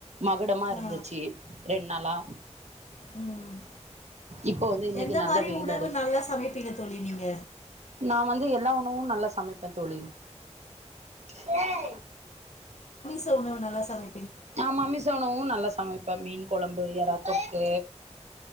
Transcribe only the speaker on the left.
ஆ
உம்
எந்த
மாரி
உணவு நல்லா சமைப்பீங்க தோழி நீங்க
எந்த உணவு நல்ல சமை